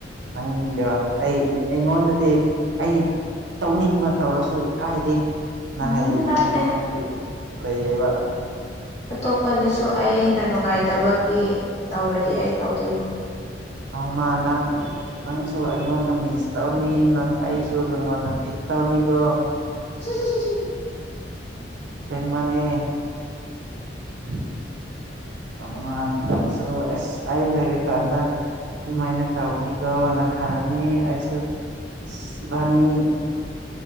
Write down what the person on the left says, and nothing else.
ꯎꯝ ꯅꯠꯇꯦ
ꯑꯇꯣꯞꯄꯗꯁꯨ ꯑꯩꯅ ꯅꯨꯡꯉꯥꯏꯇꯕꯒꯤ ꯇꯧꯔꯗꯤ ꯑꯩ ꯇꯧꯗꯣꯏꯅꯦ
ꯍꯨꯝ ꯍꯨꯝ ꯍꯨꯝ